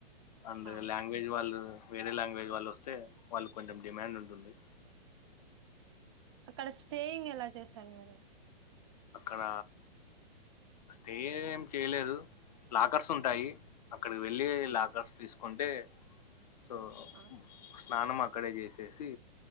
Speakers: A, on the left; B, on the right.
A: అండ్
B: ఆ
A: లాంగ్వేజ్ వాళ్ళు వేరే లాంగ్వేజ్ వాళ్ళు వస్తే వాళ్ళు కొంచెం డిమాండ్ ఉంటుంది
B: అక్కడ స్టేయింగ్ ఎలా చేశను మీరు
A: అక్కడ స్టే ఏం చేయలేదు లాకర్స్ ఉంటాయి అక్కడికి వెళ్ళి లాకర్స్ తీసుకుంటే సో
B: ఆ
A: స్నానం అక్కడే చేసేసి